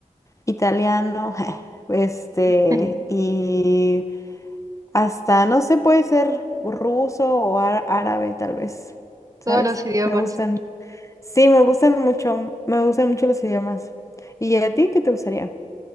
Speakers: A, on the left; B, on the right.
A: Italiano, <laughs> este,
B: <laughs>
A: y Hasta, no sé, puede ser ruso o á- árabe, tal vez. ¿Sabes?
B: Todos los idiomas.
A: Me gustan. Sí, me gustan mucho. Me gustan mucho los idiomas. ¿Y a ti qué te gustaría?